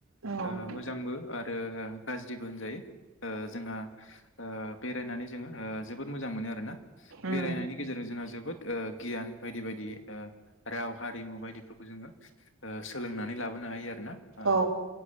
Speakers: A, on the right (about 85°); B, on the left (about 65°).
A: औ
B: ओ मोजांबो आरो गाज्रिबो होनजायो ओ जोंहा। ओ बेरायनानै जोङो ओ जोबोद मोजां मोनो आरोना
A: उम
B: बेरायनायनि गेजेरजों जोंहा जोबो बोद गियान बायदि बायदि ओ राव हारिमु बायदिफोरखौ जोङो ओ सोलोंनानै लाबोनो हायो आरोना ओ
A: औ